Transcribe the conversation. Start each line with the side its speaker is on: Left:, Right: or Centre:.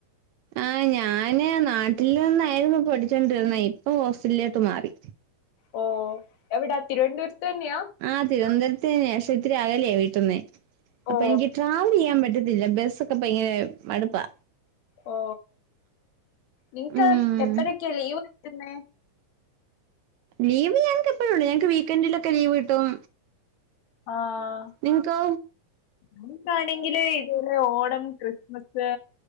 Right: ആഹ ഞാന് നാട്ടിൽ നിന്നായിരുന്നു പഠിച്ചോണ്ടിരുന്നേ ഇപ്പൊ ഹോസ്റ്റലിലോട്ട് മാറി
Left: ഓ തിരുവനന്തപുരത്തു തന്നെയാ
Right: ആ തിരുവനപുരത്തു തന്നെയാ പശേ ഇത്തിരി ആകലേയ വീട്ടിന്നേ അപ്പൊ
Left: ഓ
Right: എനിക്ക് ട്രാവൽ ചെയ്യാൻ പറ്റത്തില്ല ബസ്സൊക്കെ ഇപ്പ ഭയങ്കര മടുപ്പാ
Left: ഓ നിങ്ങക്ക്
Right: ഉം
Left: എപ്പഴൊക്കെയ ലീവ് കുന്ന
Right: ലീവ്ഞങ്ങക്ക് എപ്പോഴും ണ്ട്ഞങ്ങക്ക് വീക്കെന്ഡിലൊക്കെ ലീവ് കട്ടും
Left: ആഹ
Right: നിങ്ങക്ക്
Left: നമക്കാണെങ്കില് ഇതുപോലെ ഓണം ക്രിസ്മസ്